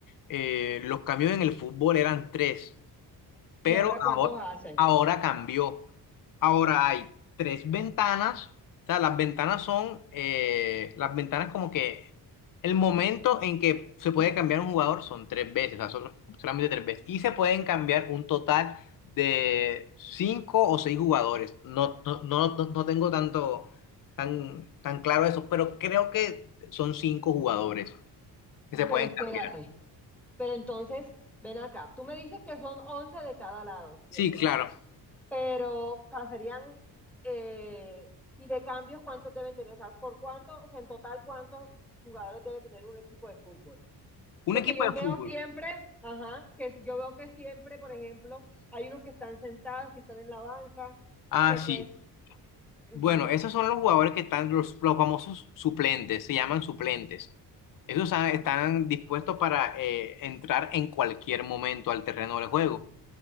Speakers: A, on the left; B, in the centre.
A: eh, los cambios en el fútbol eran tres pero
B: ¿Y ahora cuántos
A: ahora,
B: hacen?
A: ahora cambió. Ahora hay tres ventanas, o sea, las ventanas son, eh, las ventanas como que el momento en que se puede cambiar un jugador son tres veces, o sea, son solamente tres veces, y se pueden cambiar un total de cinco o seis jugadores. No, no, no, no no tengo tanto, tan, tan claro eso, pero creo que son cinco jugadores que se
B: Pero
A: pueden
B: espérate.
A: cambiar.
B: Pero entonces, ven acá, tú me dices que son 11 de cada lado, ¿cierto?
A: Sí, claro.
B: Pero, o sea, serían, eh, y de cambios, ¿cuántos deben tener? O sea, ¿por cuánto, o sea, en total, cuántos jugadores debe tener un equipo de fútbol?
A: Un
B: Porque
A: equipo
B: yo
A: de
B: veo
A: fútbol.
B: siempre, ajá, que si- yo veo que siempre, por ejemplo, hay unos que están sentados, que están en la banca,
A: Ah,
B: que
A: sí.
B: pues, ujú.
A: Bueno, esos son los jugadores que están, los, los famosos suplentes, se llaman suplentes. Esos ah, están dispuestos para eh, entrar en cualquier momento al terreno del juego.